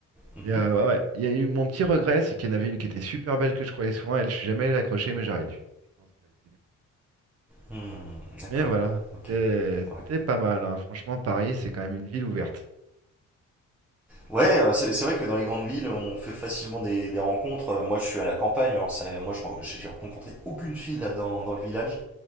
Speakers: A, in the centre; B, on the right (about 55°).
A: Mhm.
B: Et euh, ouais, ouais. Il y a eu mon petit regret, c'est qu'il y en avait une qui était super belle que je croyais souvent. Elle, je suis jamais allé l'accrocher, mais j'aurais dû. Je pense que-
A: Hmm, d'accord,
B: Mais voilà,
A: ok.
B: c'était
A: Ouais,
B: c'était pas mal. hein. Franchement, Paris, c'est quand même une ville ouverte.
A: ouais euh, c'est c'est vrai que dans les grandes villes, on fait facilement des, des rencontres. Euh, Moi, je suis à la campagne, alors ça- moi, je, ren- j'ai rencontré aucune fille là, dans, dans le village.